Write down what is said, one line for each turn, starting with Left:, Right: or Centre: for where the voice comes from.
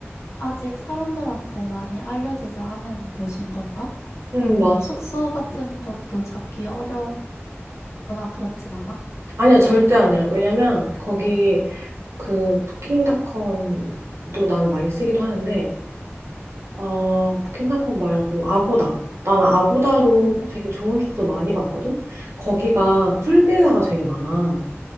Left: 아직 사람들한테 많이 알려지지 않은 곳인 건가?
Right: 응,
Left: 그러면
Right: 맞아.
Left: 숙소 같은 것도 잡기 어렵거나 그렇진 않아?
Right: 아니야, 절대 아니야. 왜냐면 거기 그 부킹닷컴도 나는 많이 쓰기도 하는데, 어, 부킹닷컴 말고 아고다. 나는 아고다로
Left: 음,
Right: 되게 좋은 숙소 많이 봤거든? 거기가 풀빌라가 되게 많아.